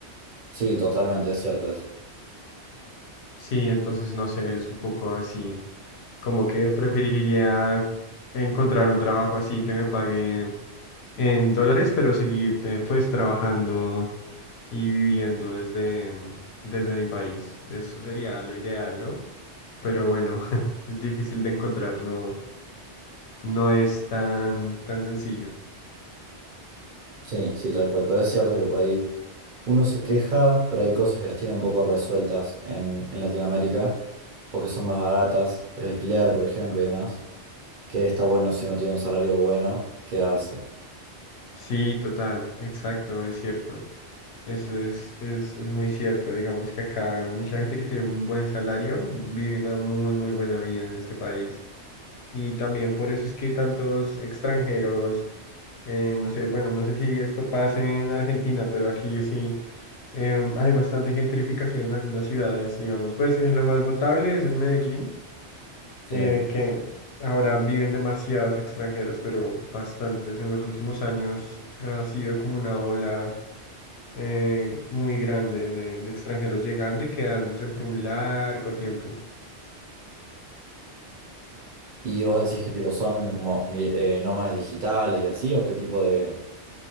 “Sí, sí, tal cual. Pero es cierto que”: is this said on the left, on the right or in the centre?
Right